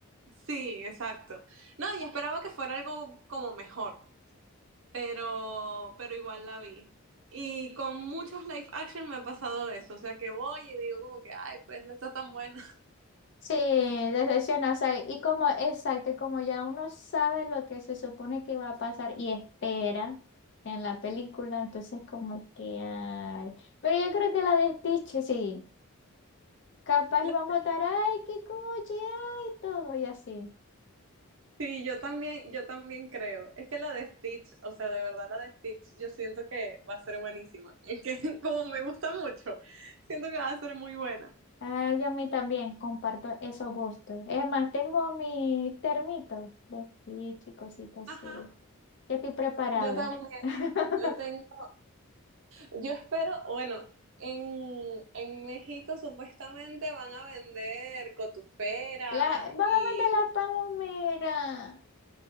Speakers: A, on the right; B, on the left.
A: sí, exacto. No, y esperaba que fuera algo como mejor pero, pero igual la vi. Y con muchos live action me ha pasado eso, o sea que voy y digo como que, ay, pues no está tan buena. <laughs>
B: Sí, decepciona, o sea, y como, exacto, y como ya uno sabe lo que se supone que va a pasar y espera en la película, entonces como que, ay. Pero yo creo que la de Stitch, sí. Capaz
A: La-
B: y vamos a estar, ay, qué cuchi, ay, todo y así.
A: Sí, yo también, yo también creo. Es que la de Stitch, o sea, de verdad la de Stitch, yo siento que va a ser buenísima. Es que <laughs> como me gusta mucho, siento que va a ser muy buena.
B: Ay, a mí también comparto esos gustos. Es más, tengo mi termito de Stitch y cositas
A: Ajá.
B: así. Ya estoy preparada.
A: Yo también.
B: <laughs>
A: Yo tengo, yo espero, bueno, en, en México supuestamente van a vender cotuferas
B: La, van
A: y
B: a vender las palomeras.